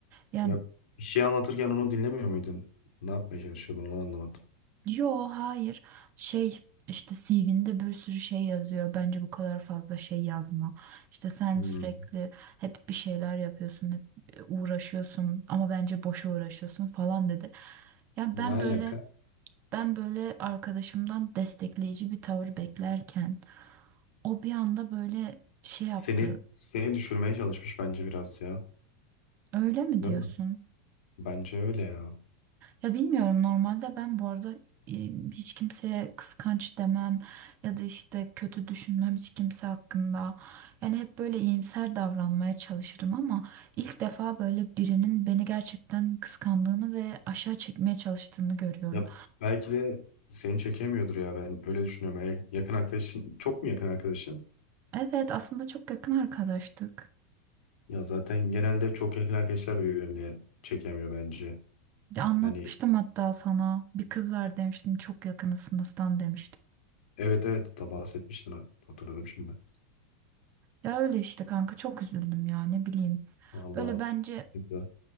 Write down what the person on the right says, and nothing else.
Yani
Yo hayır şey işte CV'nde bir sürü şey yazıyor bence bu kadar fazla şey yazma işte sen
sürekli hep bir şeyler yapıyorsun hep e, uğraşıyorsun ama bence boşa uğraşıyorsun falan dedi. Ya
ben
böyle ben böyle arkadaşımdan destekleyici bir tavır beklerken o bir anda böyle şey yaptı
öyle mi
diyorsun?
Ya bilmiyorum normalde ben bu arada e, hiç kimseye kıskanç demem ya da işte kötü düşünmem hiç kimse hakkında. Yani hep böyle iyimser davranmaya çalışırım ama ilk defa böyle birinin beni gerçekten kıskandığını ve aşağı çekmeye çalıştığını görüyorum.
Evet aslında çok yakın arkadaştık.
Ya anlatmıştım
hatta sana bir kız var demiştim çok yakını sınıftan demiştim.
Ya öyle işte kanka çok üzüldüm ya ne bileyim.
Böyle bence